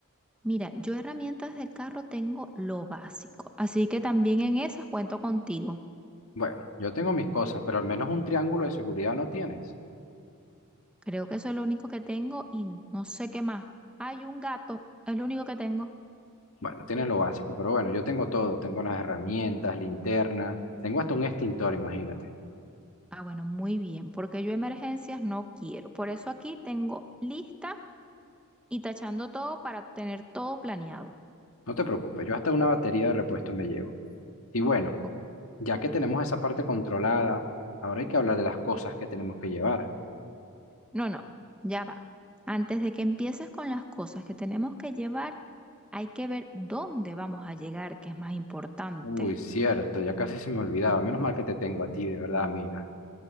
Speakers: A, in the centre; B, on the left.
A: Mira, yo herramientas de carro tengo lo básico, así que también en esas cuento contigo.
B: Bueno, yo tengo mis cosas, pero al menos un triángulo de seguridad no tienes.
A: Creo que eso es lo único que tengo y no sé qué más. Hay un gato, es lo único que tengo.
B: Bueno, tienes lo básico, pero bueno, yo tengo todo, tengo las herramientas, linterna, tengo hasta un extintor, imagínate.
A: Ah, bueno, muy bien, porque yo emergencias no quiero. Por eso aquí tengo lista y tachando todo para tener todo planeado.
B: No te preocupes, yo hasta una batería de repuesto me llevo. Y bueno,
A: Ok.
B: ya que tenemos esa parte controlada, ahora hay que hablar de las cosas que tenemos que llevar.
A: No, no, ya va. Antes de que empieces con las cosas que tenemos que llevar, hay que ver dónde vamos a llegar, que es más importante.
B: Uy, cierto, ya casi se me olvidaba. Menos mal que te tengo a ti, de verdad, amiga.